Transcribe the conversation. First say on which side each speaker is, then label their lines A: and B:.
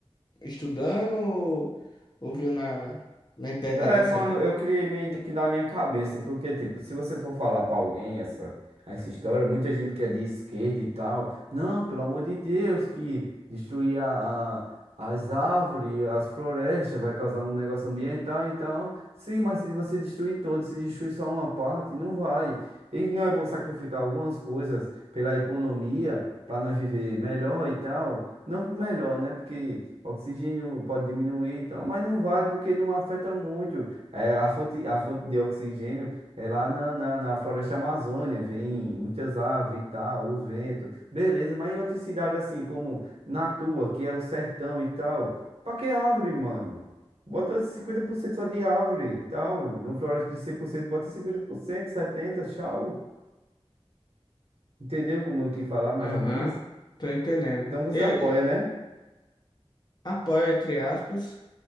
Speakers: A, on the left; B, on the right.
A: estudando ou, ou viu na, na internet
B: É,
A: assim?
B: mano, eu queria meio que dar a minha cabeça, porque, tipo, se você for falar pra alguém essa, essa história, muita gente que é de esquerda e tal, não, pelo amor de Deus, que destruir a, a- as árvores, as florestas, vai causar um negócio ambiental e tal. Sim, mas se você destruir todos, se destruir só uma parte, não vai. E não é bom sacrificar algumas coisas pela economia, pra nós viver melhor e tal. Não que melhor, né? Porque oxigênio pode diminuir e tal, mas não vai porque não afeta muito. É, a fonte, a fonte de oxigênio é lá na, na, na floresta Amazônia, vem muitas árvores e tal, o vento. Beleza, mas em outras cidades assim, como na tua, que é o sertão e tal, pra que árvore, mano? Bota 50% só de árvore e tal. Numa floresta de 100% bota 50%, 70%, tchau. Entendeu como eu quis falar, mais
A: Aham,
B: ou menos?
A: tô entendendo.
B: Então você
A: Eu,
B: apoia,
A: eu
B: né?
A: apoio, entre aspas.